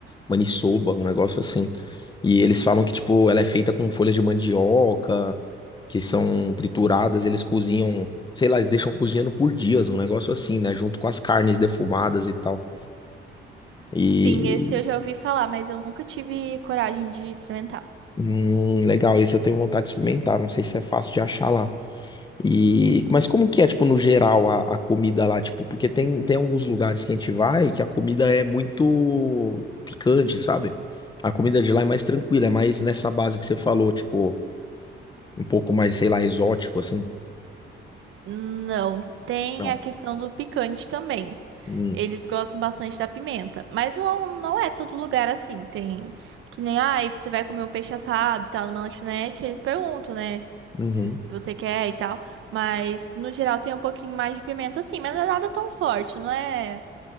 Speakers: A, on the left; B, on the right.
A: Maniçoba, um negócio assim. E eles falam que, tipo, ela é feita com folhas de mandioca, que são trituradas, eles cozinham, sei lá, eles deixam cozinhando por dias, um negócio assim, né? Junto com as carnes defumadas e tal. E
B: Sim, esse eu já ouvi falar, mas eu nunca tive coragem de experimentar.
A: hum, legal, esse eu tenho vontade de experimentar. Não sei se é fácil de achar lá. E mas como que é, tipo, no geral a, a comida lá, tipo, porque tem, tem alguns lugares que a gente vai que a comida é muito picante, sabe? A comida de lá é mais tranquila, é mais nessa base que você falou, tipo, um pouco mais, sei lá, exótico assim.
B: Não, tem
A: Não.
B: a questão do picante também.
A: Hum,
B: Eles gostam bastante da pimenta, mas não, não é todo lugar assim. Tem que nem, ai, você vai comer um peixe assado e tal numa lanchonete, eles perguntam, né,
A: uhum.
B: se você quer e tal. Mas no geral tem um pouquinho mais de pimenta assim, mas não é nada tão forte, não é?